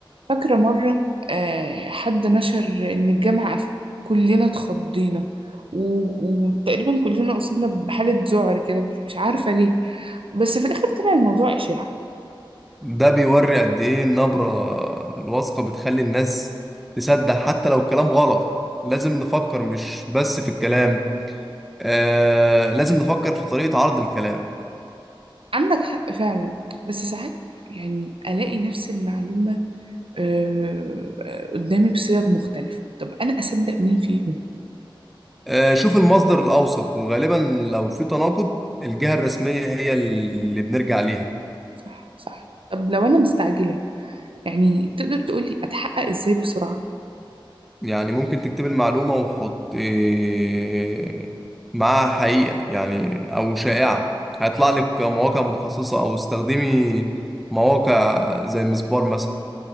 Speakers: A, on the right; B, in the centre.
A: فاكرة مرة آه حد نشر إن الجامعة قفلت كلنا اتخضينا و- وتقريبا كلنا أصبنا بحالة ذعر كده مش مش عارفة ليه بس في الآخر طلع الموضوع إشاعة
B: ده بيوري قد ايه النبرة الواثقة بتخلي الناس تصدق حتى لو الكلام غلط لازم نفكر مش بس في الكلام آه لازم نفكر في طريقة عرض الكلام
A: عندك حق فعلا بس ساعات يعني ألاقي نفس المعلومة آه، آه، قدامي بصيغ مختلفة طب أنا أصدق مين فيهم
B: آه شوف المصدر الأوثق وغالبا لو في تناقض الجهة الرسمية هي اللي بنرجع ليها
A: صح صح طب لو أنا مستعجلة يعني تقدر تقولي أتحقق إزاي بسرعة
B: يعني ممكن تكتب المعلومة وحط إيه، معاها حقيقة يعني أو شائعة هيطلع لك مواقع متخصصة أو استخدمي مواقع زي مسبار مثلا